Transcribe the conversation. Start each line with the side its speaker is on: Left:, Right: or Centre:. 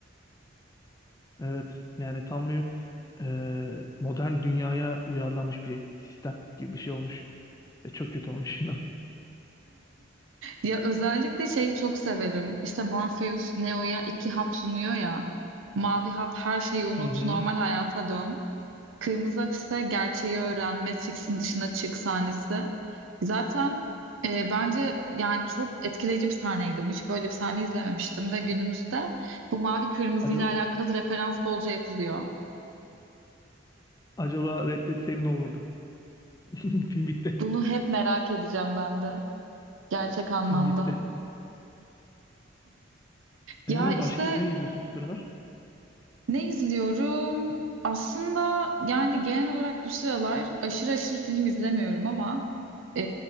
Left: Evet yani tam bir e, modern dünyaya uyarlanmış bir sistem gibi bir şey olmuş. Ve çok kötü olmuş <laughs> inan.
Right: Ya özellikle şeyi çok severim. İşte Morpheus Neo'ya iki hap sunuyor ya. Mavi hap her şeyi unut,
Left: Hı hı.
Right: normal hayata dön. Kırmızı Hapis'te gerçeği öğren, Matrix'in dışına çık sahnesi. Zaten e, bence yani çok etkileyici bir sahneydi. Hiç böyle bir sahne izlememiştim ve günümüzde bu mavi kırmızı
Left: Acaba,
Right: ile alakalı referans bolca yapılıyor.
Left: acaba Red Dead seri ne olurdu? <laughs> Film bitti.
Right: Bunu hep merak edeceğim ben de gerçek anlamda.
Left: Film bitti.
Right: Ya
Left: E,
Right: işte
Left: başka ne izliyorsun şu sıralar?
Right: ne izliyorum? Aslında yani genel olarak bu sıralar aşırı aşırı film izlemiyorum ama e,